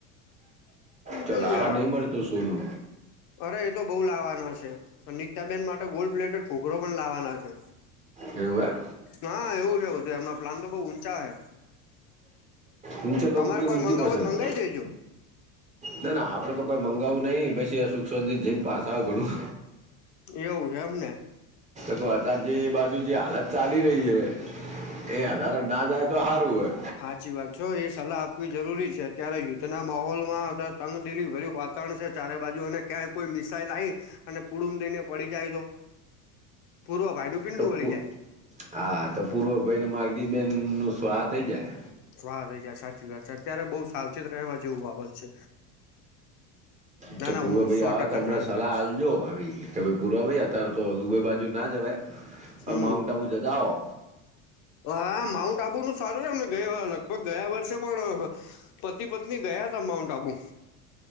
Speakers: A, on the left (about 50°); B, on the right (about 15°).
A: એમ
B: ચાલ
A: જોઈએ
B: આવા
A: હવે
B: નહિ મળતો સોનુ
A: અરે એ તો બઉુ લાવવાના છે નીતાબેન માટે ગોલ્ડ પ્લેટેટ ઘોઘરો પણ લાવવાના છે.
B: એવું એમ
A: હા એવું એવું એમના પ્લાન તો બઉુ ઊંચા હે.
B: ઊંચે લોકોગો
A: તમારે
B: કે
A: કોઈ
B: ઊંચી
A: મંગાવું
B: પસંદ.
A: તો મંગાવી દેજો
B: ના ના આપડે તો કોઈ મંગાવવું નઈિ પછી સુખ્વંત જઈને પાસ આવે ઘણું.
A: એવું હે એમ ને.
B: તો અતાર જે એ બાજુ જે હાલત ચાલી રહી હે. એ આધારે ના જાય તો સારું હોય.
A: સાચી વાત છો એ સલાહ આપવી જરૂરી છે અત્યારે યુદ્ધના માહોલમાં તંગ દિલી ભર્યું વા ત્રણ છે ચારે બાજુ અને ક્યાંય કોઈ મિસાઈલ આવી, અને પુડુમ દઈને પડી જાય તો. પૂર્વ વાયડુ પીન્ડુ
B: તો
A: વળી
B: પૂ-
A: જાય.
B: હા તો પૂર્વ ભાઈને માર્ગી બહેન નુ સ્વાહ થઈ જાય.
A: સ્વાહા થઈ જાય સાચી વાત છે અત્યારે બહ સાવચેત રહેવા જેવું બાબત છે.
B: ચ્છા
A: ના ના
B: પૂર્વ
A: હું
B: ભાઈ
A: સો
B: આવે
A: ટકા
B: તો અમને
A: જાણ
B: સલાહ
A: કરીશ
B: હજો આવી કે ભ પૂરો ભાઈ અત્યારે તો દુબઈ બાજુ ના જવાય,
A: હમ
B: માઉન્ટ આબુ જતા આવે.
A: હા માઉન્ટ આબુ નું સારું છે એમને ગય લગભગ ગયા વર્ષે પણ પતિ પત્ની ગયા ત માઉન્ટ આબુ.